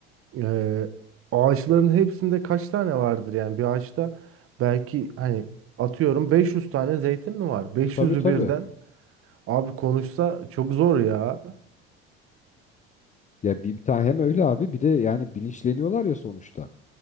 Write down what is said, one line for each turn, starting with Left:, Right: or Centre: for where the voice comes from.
Right: E, ağaçların hepsinde kaç tane vardır yani bir ağaçta belki hani atıyorum 500 tane zeytin mi var? 500'ü
Left: Tabii tabii.
Right: birden abi konuşsa çok zor ya.
Left: Ya bir, bir tane hem öyle abi bir de yani bilinçleniyorlar ya sonuçta.